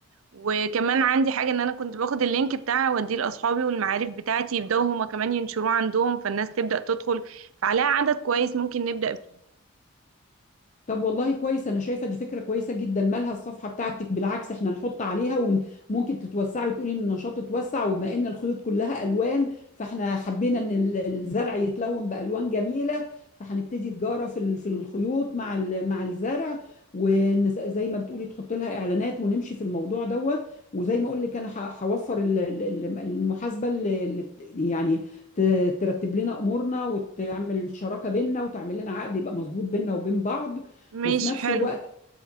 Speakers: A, on the right (about 70°); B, on the left (about 35°).
A: وكمان عندي حاجة ان انا كنت باخد اللينك بتاعها اوديه لاصحابي والمعارف بتاعتي يبداوا هما كمان ينشروه عندهم فالناس تبدأ تدخل فعليها عدد كويس ممكن نبدأ بيه
B: طب والله كويس انا شايفه دي فكره كويسه جدا مالها الصفحه بتاعتك بالعكس احنا نحط عليها وممكن تتوسعي وتقولي ان النشاط اتوسع وبما ان الخيوط كلها الوان فاحنا حبينا ان ال- الزرع يتلون بالوان جميله فهنبتدي تجاره في ال- في الخيوط مع ال- مع الزرع وزي ما بتقولي تحط لها اعلانات ونمشي في الموضوع دوت وزي ما اقول لك انا ه- هوفر ال- ال- ال- المحاسبه اللي اللي ت- يعني ت- ترتب لنا امورنا وتعمل شراكه بيننا وتعمل لنا عقد يبقى مظبوط بيننا وبين بعض
A: مش
B: وفي نفس
A: حلو
B: الوقت